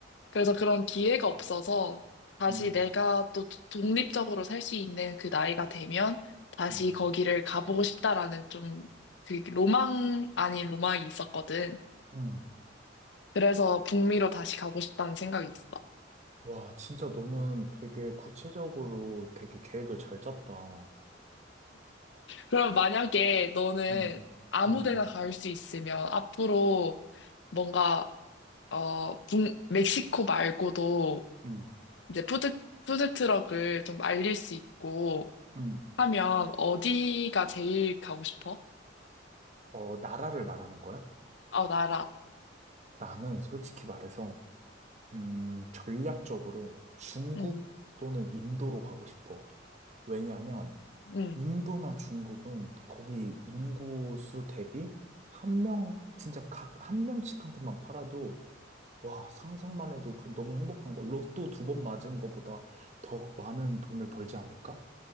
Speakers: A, on the left (about 70°); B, on the right (about 40°).
A: 그래서 그런 기회가 없어서 다시
B: 응,
A: 내가 또 독립적으로 살 수 있는 그 나이가 되면 다시
B: 응,
A: 거기를 가보고 싶다라는 좀 그 로망 아닌 로망이 있었거든.
B: 응.
A: 그래서 북미로 다시 가고 싶다는 생각이 있어.
B: 와, 진짜 너는 되게 구체적으로 되게 계획을 잘 짰다.
A: 그럼 만약에 너는
B: 응,
A: 아무
B: 응,
A: 데나 갈 수 있으면 앞으로 뭔가 어, 북- 멕시코 말고도
B: 응,
A: 이제 푸드, 푸드트럭을 좀 알릴 수 있고
B: 응.
A: 하면 어디가 제일 가고 싶어?
B: 어, 나라를 말하는 거야?
A: 어, 나라.
B: 나는 솔직히 말해서 음, 전략적으로 중국
A: 응,
B: 또는 인도로 가고 싶어. 왜냐면
A: 응,
B: 인도나 중국은 거기 인구수 대비 한 명, 진짜 각 한 명씩한테만 팔아도 와, 상상만 해도 그 너무 행복한 거. 로또 두 번 맞은 거보다 더 많은 돈을 벌지 않을까?